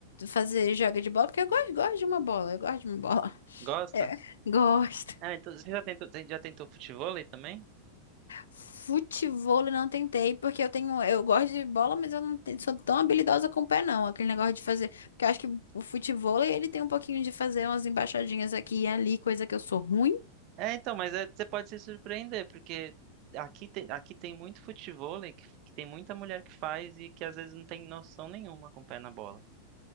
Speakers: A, on the left; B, on the right.
A: fazer joga de bola, porque eu gosto, gosto de uma bola, eu gosto de uma bola.
B: Gosta?
A: É. <laughs> Gosto.
B: Ah, então você já tentou, você já tentou futevôlei também?
A: Futevôlei não tentei, porque eu tenho, eu gosto de bola, mas eu não te- sou tão habilidosa com o pé, não. Aquele negócio de fazer, porque eu acho que o futevôlei, ele tem um pouquinho de fazer umas embaixadinhas aqui e ali, coisa que eu sou ruim.
B: É, então, mas é- você pode se surpreender, porque aqui tem, aqui tem muito futevôlei que, que tem muita mulher que faz e que às vezes não tem noção nenhuma com o pé na bola.